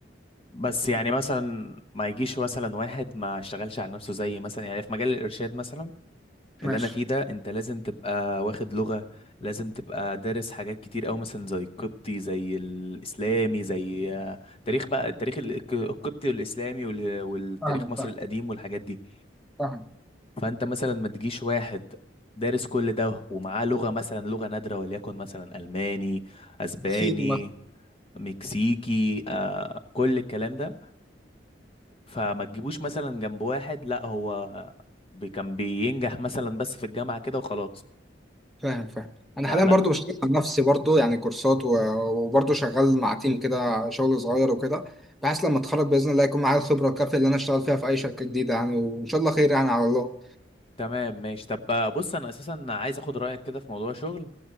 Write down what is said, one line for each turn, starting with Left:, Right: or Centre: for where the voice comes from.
Left: بس يعني مثلا ما يجيش مثلا واحد ما اشتغلش على نفسه زي مثلا يعني في مجال الارشاد مثلا اللي
Centre: ماشي
Left: انا فيه ده انت لازم تبقى واخد لغة لازم تبقى دارس حاجات كتير قوي مثلا زي القبطي زي الاسلامي زي آه، تاريخ بقى التاريخ ال- القبطي والاسلامي وال- والتاريخ
Centre: فاهمك
Left: مصر
Centre: فاهم
Left: القديم والحاجات دي
Centre: فاهم
Left: فانت مثلا ما تجيش واحد دارس كل ده ومعاه لغة مثلا لغة نادرة وليكن مثلا الماني اسباني
Centre: فيني مثلا
Left: مكسيكي آه كل الكلام ده فما تجيبوش مثلا جنب واحد لا هو بي كان بينجح مثلا بس في الجامعة كده وخلاص
Centre: فاهم فاهم انا
Left: فلا
Centre: حاليا برضو بشتغل على نفسي برضو يعني كورسات و- وبرضو شغال مع تيم كده شغل صغير وكده بحيث لما اتخرج باذن الله يكون معايا الخبره الكافيه اللي انا اشتغل فيها في اي شركه جديده يعني وان شاء الله خير يعني على الله
Left: تمام ماشي طب بقى بص انا اساسا عايز اخد رأيك كده في موضوع شغل